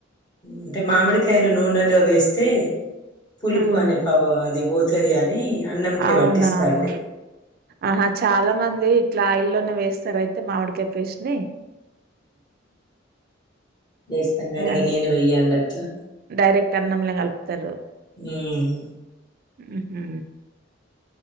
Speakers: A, on the left; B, on the right.
A: అంటే మామిడికాయను నూనెలో వేస్తే పులుపు
B: హ్మ్.
A: అనే పవ అది పోతాది అని అన్నంకే
B: అవునా!
A: పట్టిస్తా అండి
B: ఆహా చాలా మంది ఇట్లా ఆయిల్ లోనే వేస్తారు అయితే మామిడికాయ పేస్ట్ ని
A: వేస్తాం కాని
B: యాహ్!
A: ఇగ నేను వెయ్యానండి అట్లా
B: డైరెక్ట్ అన్నంలోనే కలుపుతారు
A: ఉమ్
B: ఉహు